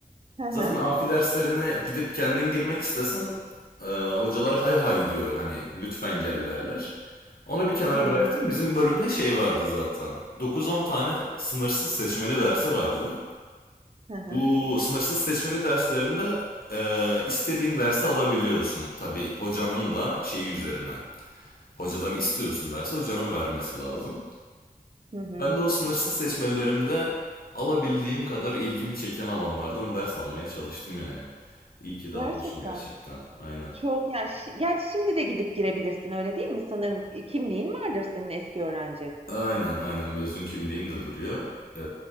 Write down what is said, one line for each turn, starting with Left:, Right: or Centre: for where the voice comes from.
Right: Hı hı,
Left: Zaten amfi derslerine gidip kendin girmek istesen e, hocalar hay hay diyor hani lütfen gel derler. Onu bir kenara
Right: hı hı,
Left: bıraktım. Bizim bölümde şey vardı zaten. dokuz on tane sınırsız seçmeli dersi vardı.
Right: hı hı,
Left: Bu sınırsız seçmeli derslerinde e, istediğin dersi alabiliyorsun. Tabii hocanın da şeyi üzerine. Hocadan istiyorsun dersi hocanın vermesi lazım.
Right: hı hı.
Left: Ben de o sınırsız seçmelerimde alabildiğim kadar ilgimi çeken alanlardan ders almaya çalıştım yani. İyi ki de
Right: Gerçekten.
Left: almışım gerçekten. Aynen.
Right: Çok yani şi gerçi şimdi de gidip girebilirsin öyle değil mi? Sanırım e, kimliğin vardır senin eski öğrenci.
Left: Aynen aynen mezun kimliğim de duruyor. Ee,